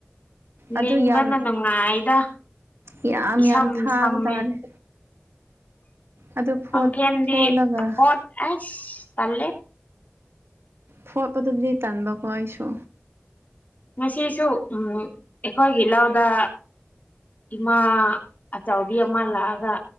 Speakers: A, on the right; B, on the left.
A: ꯑꯗꯨ
B: ꯂꯕꯅ
A: ꯌꯥꯝ
B: ꯅꯨꯡꯉꯥꯏꯗ
A: ꯌꯥꯝ
B: ꯏꯁꯝ
A: ꯌꯥꯝ ꯊꯥꯕ
B: ꯁꯝꯃꯦ
A: ꯇꯥꯔꯦ ꯑꯗꯨ ꯐꯣꯠ
B: ꯁꯪꯈꯦꯟꯗꯤ
A: ꯐꯣꯠꯂꯒ
B: ꯐꯣꯠ ꯑꯦꯁ ꯇꯦ
A: ꯐꯣꯠꯄꯗꯗꯤ ꯇꯥꯟꯕꯀꯣ ꯑꯩꯁꯨ
B: ꯃꯁꯤꯁꯨ ꯎꯝ ꯑꯩꯈꯣꯏꯒꯤꯂꯗ ꯏꯃꯥ ꯑꯆꯥꯎꯕꯤ ꯑꯃ ꯂꯥꯛꯑꯒ